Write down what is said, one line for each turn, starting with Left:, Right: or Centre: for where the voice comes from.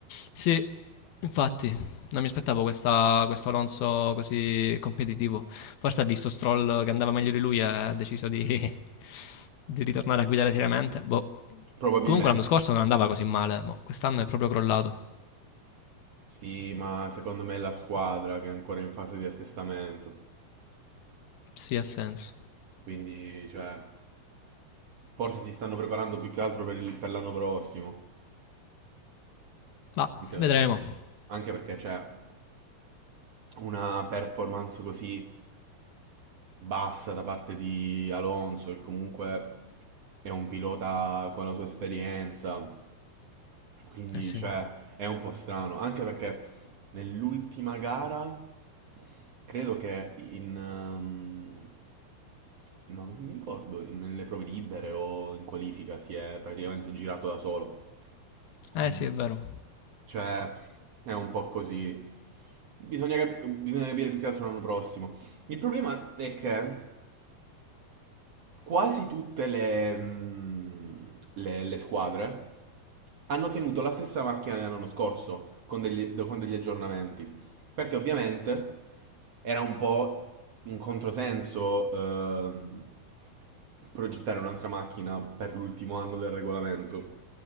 Left: Sì, infatti, non mi aspettavo questa- questo Alonso così competitivo. Forse ha visto Stroll che andava meglio di lui e ha deciso di, <laughs> di ritornare a guidare seriamente. Boh.
Right: probabilmente.
Left: Comunque l'anno scorso non andava così male, mo quest'anno è proprio crollato.
Right: Sì, ma secondo me è la squadra che è ancora in fase di assestamento.
Left: Sì, ha senso.
Right: Quindi, cioè, forse si stanno preparando più che altro per il- per l'anno prossimo.
Left: Ma
Right: Anche
Left: vedremo.
Right: perché, anche perché, cioè, una performance così bassa da parte di Alonso, che comunque è un pilota con la sua esperienza, quindi,
Left: Eh sì.
Right: cioè, è un po' strano, anche perché nell'ultima gara credo che in... ehm, no, non mi ricordo, in- nelle prove libere o in qualifica si è praticamente girato da solo. Quindi,
Left: Eh sì, è vero.
Right: cioè, è un po' così. Bisogna, capi- bisogna capire più che altro l'anno prossimo. Il problema è che Quasi tutte le, mm, le- le squadre hanno tenuto la stessa macchina dell'anno scorso con degli, con degli aggiornamenti, perché ovviamente era un po' un controsenso ehm, progettare un'altra macchina per l'ultimo anno del regolamento.